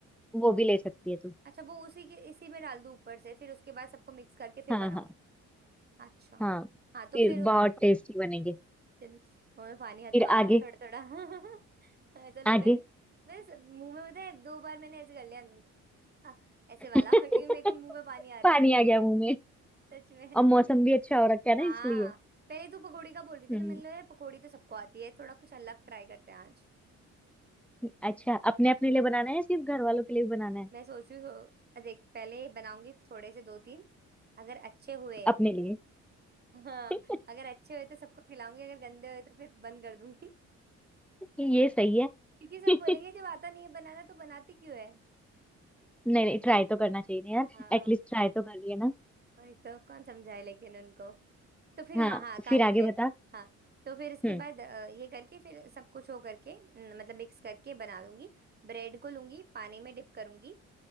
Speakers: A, in the centre; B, on the right.
A: वो भी ले सकती है तू
B: अच्छा वो उसी के इसी में डाल दूं ऊपर से फिर उसके बाद सबको मिक्स करके फिर
A: हाँ
B: बनाऊं
A: हाँ
B: अच्छा
A: हाँ
B: हाँ तो
A: फिर
B: फिर
A: बहुत टेस्टी बनेंगे
B: चल मुंह में पानी हाथों
A: फिर
B: आ
A: आगे
B: रहा है थोड़ा थोड़ा <laughs> ऐसा लग
A: आगे
B: रहा है बस मुंह में पता है दो बार मैंने ऐसे कर लिया हाँ, ऐसे
A: <laughs>
B: वाला क्योंकि मेरे को मुंह में पानी आ रहा
A: पानी
B: है <laughs>
A: आ गया मुंह में
B: सच में
A: और मौसम भी अच्छा हो रखा है ना
B: हाँ
A: इसलिए
B: पहले तू पकौड़ी का बोल रही थी
A: हम्म
B: ना मैंने बोला, पकौड़ी तो सबको आती है थोड़ा कुछ अलग ट्राई करते हैं आज
A: अच्छा अपने अपने लिए बनाना है या सिर्फ घर वालों के लिए भी बनाना है
B: मैं सोच रही हूँ सो- देख पहले बनाऊंगी थोड़े से दो तीन अगर अच्छे हुए
A: अपने लिए
B: हाँ
A: <laughs>
B: अगर अच्छे हुए तो सबको खिलाऊंगी अगर गंदे हुए तो फिर बंद कर दूंगी <laughs>
A: ये सही है
B: क्योंकि सब
A: <laughs>
B: बोलेंगे जब आता नहीं है बनाना तो बनाती क्यों है
A: नहीं नहीं ट्राई तो करना चाहिए ना यार
B: हाँ
A: एटलीस्ट ट्राई तो कर लिया ना
B: वही तो कौन समझाए लेकिन उनको तो फिर
A: हाँ
B: हाँ हाँ काती
A: फिर आगे
B: में
A: बता
B: हाँ तो फिर इसके
A: हम्म
B: बाद अ, ये करके फिर सब कुछ हो करके न, मतलब मिक्स करके बना लूंगी ब्रेड को लूंगी पानी में डिप करूंगी